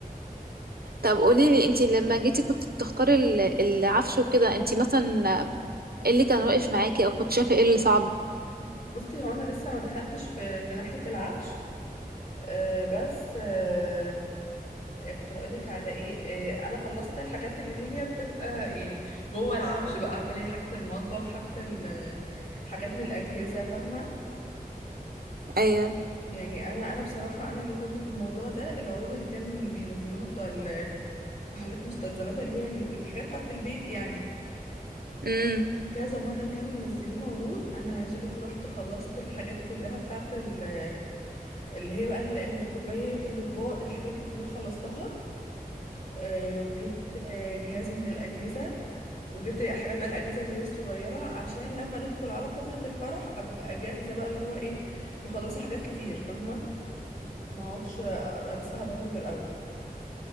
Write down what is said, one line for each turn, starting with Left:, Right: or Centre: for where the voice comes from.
Right: طب قوليلي انتي لما جيتي كنت بتختاري ال- العفش وكده انتي مثلا ايه اللي كان واقف معاكي او كنت شايفة ايه اللي صعب
Left: بصي هو انا لسه ما دخلتش في في ناحيه العفش أه بس أه إيه كنت هقولك على ايه أه انا خلصت الحاجات اللي هي بتبقى يعني جوه العفش بقى عارفه ليه حاجه المطبخ حاجه ال- حاجات من الاجهزه فاهمه
Right: ايوه
Left: يعني انا انا بصراحه انا اللي فادني في الموضوع ده العروض اللي كان بينزلوها بتوع ال- محلات مستلزمات اللي هي ال- الحاجات بتاعه البيت يعني
Right: امم
Left: كذا مرة كانوا منزلين عروض أنا عايز أقولك رحت خلصت الحاجات كلها بتاعت ال- اللي هي بقى ال- الكوبايات الأطباق الحاجات دي كلها خلصتها آه، وجبت آه، جهاز من الأجهزة وجبت حاجات بقى الأجهزة اللي هي الصغيرة عشان لما ندخل على فترة الفرح أبقى جاهزة بقى اللي هو إيه مخلصة حاجات كتير فاهمة ما اقعدش أبقى لسه هدور من الأول